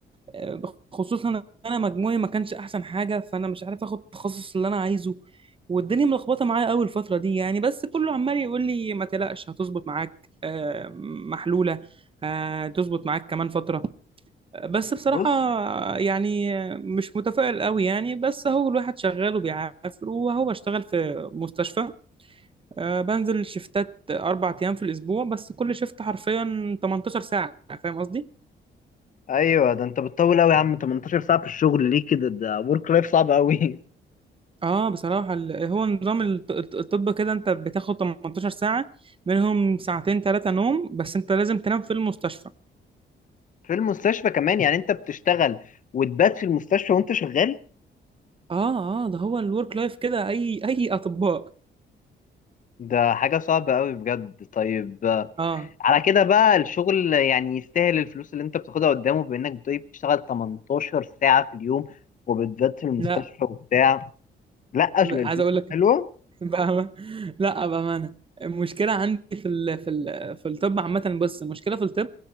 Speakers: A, on the right; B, on the left.
A: آه، خصوصا انا مجموعي ما كانش احسن حاجه فانا مش عارف اخد التخصص اللي انا عايزه والدنيا ملخبطه معايا قوي الفتره دي يعني بس كله عمال يقول لي ما تقلقش هتظبط معاك آه، محلوله هتظبط معاك كمان فتره بس بصراحة
B: بص
A: يعني مش متفائل قوي يعني بس هو الواحد شغال وبيعافر وهو بشتغل في مستشفى آه، بنزل شفتات أربع أيام في الأسبوع بس كل شفت حرفيا 18 ساعة فاهم قصدي؟
B: ايوه ده انت بتطول قوي يا عم 18 ساعة في الشغل ليه كده ده ورك لايف صعب قوي
A: اه بصراحة ال- هو نظام الط- الط- الطب كده انت بتاخد 18 ساعة منهم ساعتين ثلاثة نوم بس انت لازم تنام في المستشفى
B: <laughs> في المستشفى كمان يعني انت بتشتغل وتبات في المستشفى وانت شغال
A: اه اه ده هو الورك لايف كده اي اي اطباء
B: ده حاجة صعبة قوي بجد طيب
A: اه
B: على كده بقى الشغل يعني يستاهل الفلوس اللي انت بتاخدها قدامه بانك بتقولي بتشتغل 18 ساعة في اليوم وبالذات في المستشفى
A: لا
B: وبتاع لا اصل
A: عايز
B: الفلوس
A: اقول
B: مش
A: لك
B: حلوة
A: <laughs> بأمانة لا بأمانة المشكلة عندي في ال... في ال... في الطب عامة بس المشكلة في الطب